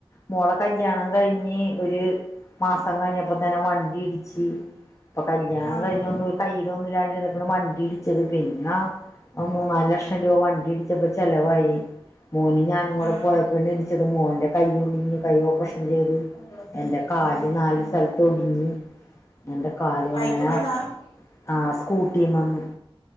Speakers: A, on the left; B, on the left.
A: മോളെ കല്യാണം കഴിഞ്ഞ് ഒരു മാസം കഴിഞ്ഞപ്പ തന്നെ വണ്ടി ഇടിച്ച് അപ്പൊ കല്യാണം
B: ആഹ്
A: കഴിഞ്ഞ് ഒന്ന് കയിലൊന്നുരണ്ടിരുന്നപ്പളും വണ്ടി ഇടിച്ചത് പിന്ന മൂന്നാല് ലക്ഷം രൂപ വണ്ടി ഇടിച്ചപ്പോ ചെലവായി മോന് ഞാനും കൂടെ
B: ആഹ്
A: പോയപ്പണ് ഇടിച്ചത് മോന്റെ കൈ ഒടിഞ്ഞു കൈ ഓപ്പറേഷൻ ചെയ്തു എന്റെ കാല്
B: ആഹ്
A: നാല്
B: ആഹ്
A: സ്ഥലത്തോടി പിന്നെ എന്റെ കാലും
B: ബൈക്കും
A: അങ്ങനെ
B: വന്നാ
A: ആഹ് സ്കൂട്ടിമെന്നും